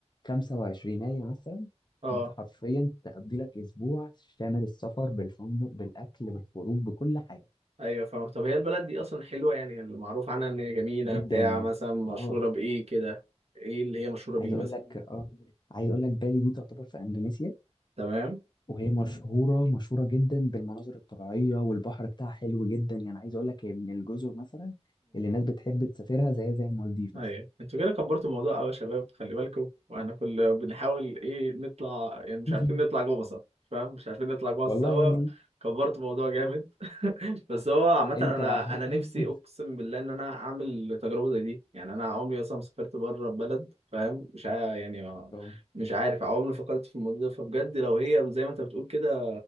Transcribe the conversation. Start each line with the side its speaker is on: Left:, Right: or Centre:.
Left: 25 مثلا
Right: اه
Left: انت حرفيا تقضي لك اسبوع شامل السفر بالفندق بالاكل بالخروج بكل حاجه
Right: ايوه فاهم طب هي البلد دي اصلا حلوة يعني اللي معروف عنها ان هي جميلة
Left: جدا
Right: بتاع مثلا مشهورة
Left: اه
Right: بايه كده ايه اللي هي مشهورة بيه
Left: عايز اقول
Right: مثلا
Left: لك اه عايز اقول لك بالي دي تعتبر في اندونيسيا
Right: تمام
Left: وهي مشهوره مشهوره جدا بالمناظر الطبيعيه والبحر بتاعها حلو جدا يعني عايز اقول لك هي من الجزر مثلا اللي الناس بتحب تسافرها زي زي المالديف
Right: ايوه
Left: مثلا
Right: انتوا كده كبرتوا الموضوع قوي يا شباب خلي بالكم واحنا كل بنحاول ايه نطلع يعني مش
Left: <laughs>
Right: عارفين نطلع جوه سوا فاهم مش عارفين نطلع جوه
Left: والله
Right: سوا
Left: يا ابني
Right: كبرتوا الموضوع جامد <laughs> بس هو عامة
Left: انت
Right: انا
Left: لو
Right: انا نفسي
Left: <laughs>
Right: اقسم بالله ان انا اعمل تجربة زي دي يعني انا عمري اصلا ما سافرت بره البلد فاهم مش عا... يعني ما...
Left: اه
Right: مش عارف عمري ما فكرت في الموضوع ده فبجد لو هي زي ما انت بتقول كده